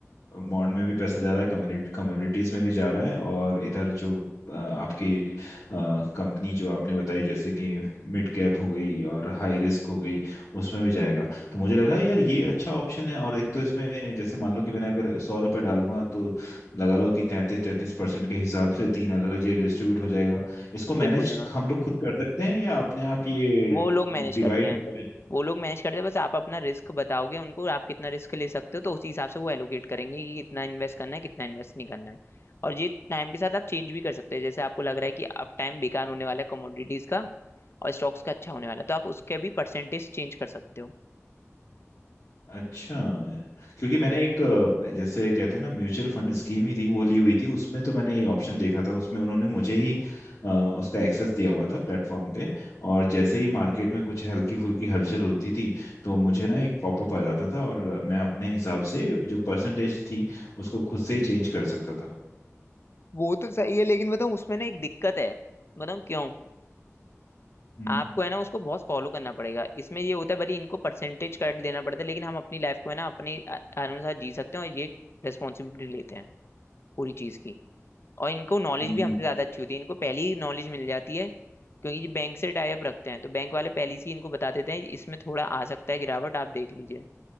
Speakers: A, on the left; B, on the left.
A: बॉन्ड में भी पैसा जा रहा है कम्युनिटी कमोडिटीज में भी जा रहा है और इधर जो अ, आपकी कंपनी जो आपने बताई जैसे कि मिड कैप हो गई और हाई रिस्क हो गई उसमें भी जाएगा तो मुझे लगा यार ये अच्छा ऑप्शन है और एक तो इसमें जैसे मान लो कि मैंने अगर सौ रुपये डालूंगा तो लगा लो कि तैंतीस तैंतीस परसेंट के हिसाब से तीन अलग अलग जगह डिस्ट्रीब्यूट हो जाएगा इसको
B: बिल्कुल
A: मैनेज
B: बिल्कुल
A: हम लोग खुद कर सकते हैं या अपने आप ये
B: वो लोग मैनेज
A: डिवाइड
B: करते हैं
A: करें
B: वो लोग मैनेज करते हैं बस आप अपना रिस्क बताओगे उनको आप कितना रिस्क ले सकते हो तो उसी हिसाब से वो एलोकेट करेंगे कि कितना इन्वेस्ट करना है कितना इन्वेस्ट नहीं करना है और ये टाइम के साथ आप चेंज भी कर सकते हैं जैसे आपको लग रहा है कि अब टाइम बेकार होने वाला है कमोडिटीज का और स्टॉक्स का अच्छा होने वाला है तो आप उसके भी परसेंटेज चेंज कर सकते हो
A: अच्छा क्योंकि मैंने एक अ, जैसे कहते हैं ना म्यूचुअल फंड स्कीम ही थी वो ली हुई थी उसमें तो मैंने ये ऑप्शन देखा था उसमें उन्होंने मुझे ही अ, उसका एक्सेस दिया हुआ था प्लेटफॉर्म पे और जैसे ही मार्केट में कुछ हल्की फुल्की हलचल होती थी तो मुझे ना एक पॉपअप आ जाता था और मैं अपने हिसाब से जो परसेंटेज थी उसको खुद से ही चेंज कर सकता था
B: वो तो सही है लेकिन बताऊँ उसमें ना एक दिक्कत है बताऊँ क्यों
A: हम्म
B: आपको है ना उसको बहुत फॉलो करना पड़ेगा इसमें ये होता है भले इनको परसेंटेज कट देना पड़ता है लेकिन हम अपनी लाइफ को है ना अपने अ- अनुसार जी सकते हैं और ये रिस्पॉन्सिबिलिटी लेते हैं पूरी चीज़ की और इनको नॉलेज
A: हम्म
B: भी हमसे ज़्यादा अच्छी होती है इनको पहले ही नॉलेज मिल जाती है क्योंकि बैंक से टाई अप रखते हैं तो बैंक वाले पहले से ही इनको बता देते हैं इसमें थोड़ा आ सकता है गिरावट आप देख लीजिए